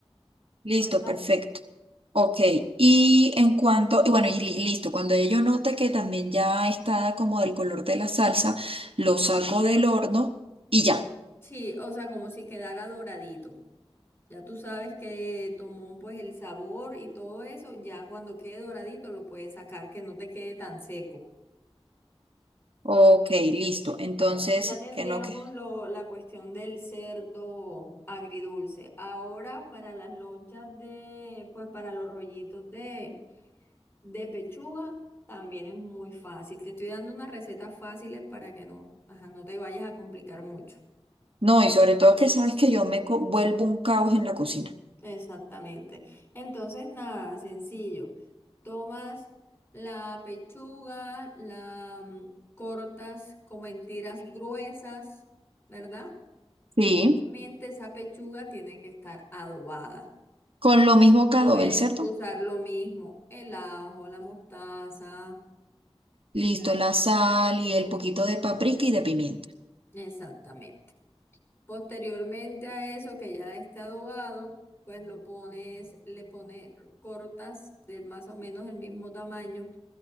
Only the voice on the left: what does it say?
¿verdad?
Sí, o sea, como si quedara doradito. Ya tú sabes que tomó pues el sabor y todo eso, ya cuando quede doradito lo puedes sacar, que no te quede tan seco.
Bueno, ya tendríamos
lo, la cuestión del cerdo agridulce. Ahora para las lonchas de, pues para los rollitos de, de pechuga, también es muy fácil. Te estoy dando unas recetas fáciles para que no, ajá, no te vayas a complicar mucho.
Exactamente. Entonces, nada, sencillo. Tomas la pechuga, la mm, cortas como en tiras gruesas, ¿verdad?
Obviamente esa pechuga tiene que estar adobada.
Puedes
usar lo mismo, el ajo, la mostaza.
ya
la-
Exactamente. Posteriormente a eso que ya esté adobado, pues lo pones, le pones, cortas de más o menos el mismo tamaño